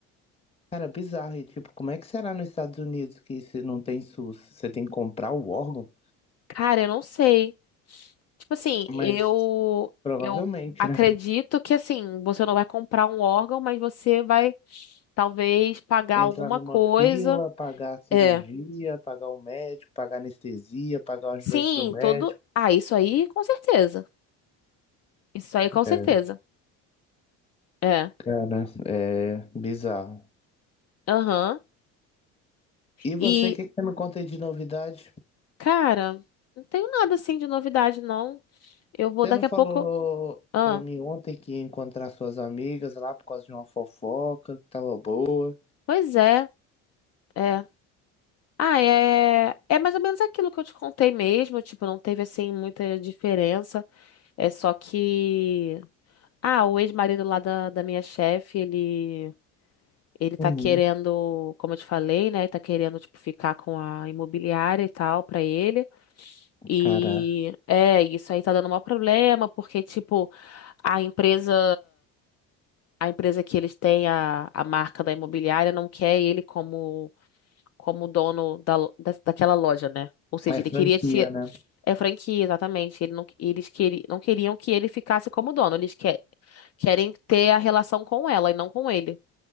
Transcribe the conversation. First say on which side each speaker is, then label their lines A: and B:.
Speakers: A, on the left (about 20°); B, on the left (about 50°).
A: Cara, bizarro. E, tipo, como é que será nos Estados Unidos que se não tem SUS? Você tem que comprar o órgão?
B: Cara, eu não sei. Tipo assim,
A: Mas
B: eu
A: provavelmente,
B: eu acredito
A: né?
B: que assim, você não vai comprar um órgão, mas você vai talvez pagar
A: Entrar
B: alguma
A: numa
B: coisa.
A: fila, pagar a cirurgia,
B: É.
A: pagar o médico, pagar a anestesia, pagar o ajudante
B: Sim,
A: do médico.
B: todo. Ah, isso aí com certeza. Isso aí com certeza.
A: É,
B: É.
A: cara, é bizarro.
B: Aham.
A: E você,
B: E,
A: o que que você me conta aí de novidade?
B: cara, não tenho nada assim de novidade, não. Eu vou
A: Você
B: daqui
A: não falou
B: a pouco. Ah,
A: pra mim ontem que ia encontrar suas amigas lá por causa de uma fofoca que tava boa?
B: pois é, é. Ah, é, é mais ou menos aquilo que eu te contei mesmo. Tipo, não teve assim muita diferença. É só que. Ah, o ex-marido lá da, da minha chefe, ele. Ele tá
A: Uhum.
B: querendo, como eu te falei, né? Ele tá querendo, tipo, ficar com a imobiliária e tal pra ele. E
A: Cara,
B: é, isso aí tá dando um maior problema, porque, tipo, a empresa. a empresa que eles têm, a, a marca da imobiliária, não quer ele como, como dono da, lo- da- daquela loja, né? Ou seja,
A: é
B: ele
A: franquia,
B: queria tirar.
A: né?
B: É franquia, exatamente. Ele não, eles queri, não queriam que ele ficasse como dono. Eles que- querem ter a relação com ela e não com ele.